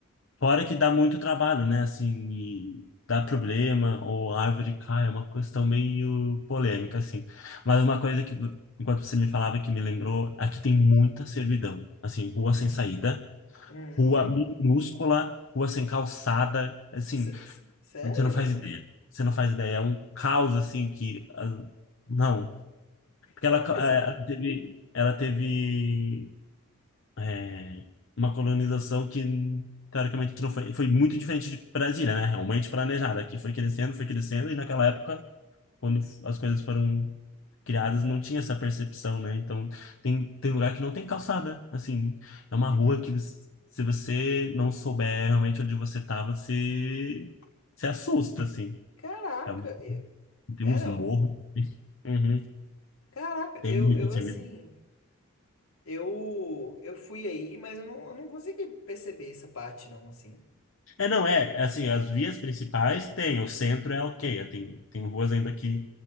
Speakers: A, on the left; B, on the left.
A: Fora que dá muito trabalho, né? Assim, e dá problema, ou a árvore cai, é uma questão meio polêmica, assim. Mas uma coisa que, enquanto você me falava, que me lembrou, aqui tem muita servidão. Assim, rua sem saída,
B: uhum.
A: rua minúscula, rua sem calçada, assim,
B: Sé- sé- Sério?
A: você não faz ideia. Você não faz ideia. É um caos, assim, que. ah, Não. Porque
B: Eu
A: ela,
B: não
A: ca-
B: percebi.
A: eh, ela teve. Ela teve é, uma colonização que teoricamente não foi, foi muito diferente de Brasília, né? Realmente planejada, que foi crescendo, foi crescendo, e naquela época, quando f- as coisas foram criadas, não tinha essa percepção, né? Então, tem, tem lugar que não tem calçada, assim, é uma
B: Uhum.
A: rua que você- se você não souber realmente onde você tava, você se assusta, assim.
B: Caraca,
A: É uma-
B: eu-
A: tem
B: é
A: uns
B: não.
A: morros. <laughs> Uhum.
B: Caraca,
A: Tem
B: eu,
A: muito
B: eu
A: serviço.
B: assim, eu eu fui aí, mas eu não, eu não consegui perceber essa parte não, assim.
A: É, não, é, assim, as vias principais tem, o centro é ok, é, tem, tem ruas ainda aqui